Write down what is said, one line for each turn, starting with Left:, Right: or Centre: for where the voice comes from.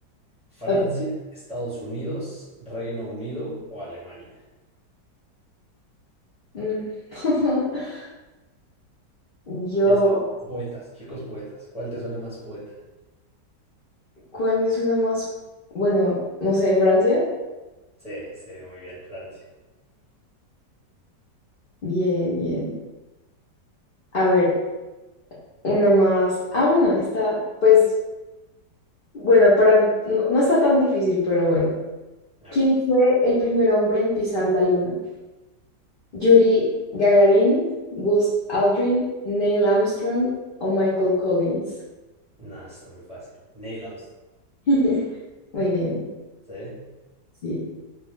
Centre: Francia,
Left: ok.
Centre: Estados Unidos, Reino Unido o Alemania.
Left: Mm. <laughs> Dios.
Centre: Piénsalo. Poetas, chicos poetas. ¿Cuál te suena más poeta?
Left: ¿Cuál me suena más? Bueno, no sé, Francia.
Centre: Sí, sí, muy bien, Francia.
Left: Bien, bien. A ver, una más. Ah, bueno, está, pues, bueno, para, no, no está tan difícil, pero bueno.
Centre: A
Left: ¿Quién
Centre: ver.
Left: fue el primer hombre en pisar la luna? Yuri Gagarin, Buzz Aldrin, Neil Armstrong o Michael Collins.
Centre: Nada, está muy fácil. Neil Armstrong.
Left: <laughs> Muy bien,
Centre: Sí,
Left: sí.